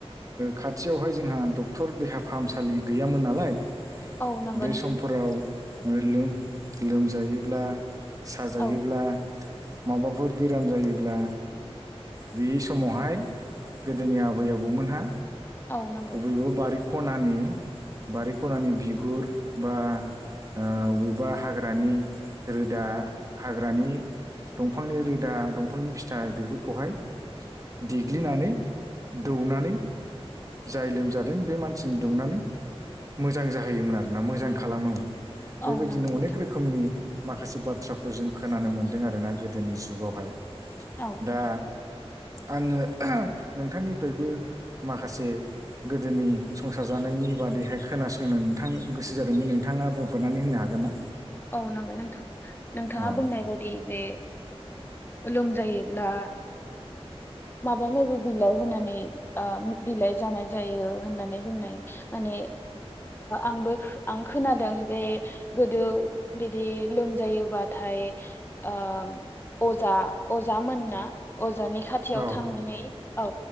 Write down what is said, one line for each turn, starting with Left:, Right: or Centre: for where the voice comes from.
Right: खाथियावहाय जोंहा डक्टर देहा फाहामसालि गैयामोन नालाय
Left: औ नंगौ
Right: बे
Left: नोंथां
Right: समफोराव लोम-लोमजायोब्ला साजायोब्ला
Left: औ
Right: माबाफोर बेराम जायोब्ला बे समावहाय गोदोनि आबै आबौमोनहा
Left: औ नंगौ
Right: अबेबा बारि खनानि बारि खनानि बिगुर बा ओ बबेबा हाग्रानि रोदा हाग्रानि दंफांनि रोदा दंफांनि फिथाइ बेफोरखौहाय देग्लिनानै दौनानै जाय लोमजादों बे मानसिनि दौनानै मोजां जाहोयोमोन आरोना मोजां खालामोमोन। बेबायदिनो
Left: औ नंगौ नोंथां
Right: अनेक रोखोमनि माखासे बाथ्राफोरजों खोनानो मोनदों आरोना गोदोनि जुगावहाय
Left: औ
Right: दा आङो नोंथांनिफ्रायबो माखासे गोदोनि संसार जानायनि बादैहाय खोनासंनो नोंथां गोसो जादोंमोन नोंथाङा बुंफोरनानै होनो हागोन ना?
Left: औ नांगौ नोंथां नोंथाङा
Right: औ
Left: बुंनाय बायदि बे लोमजायोब्ला माबा माबि बिलाइ होनानै बिलाइ जानाय जायो होननानै बुङो। माने आंबो आं खोनादों जे गोदो बिदि लोमजायोबाथाय ओम अजा अजामोन ना अ। जानि खाथियाव
Right: औ
Left: थांनानै औ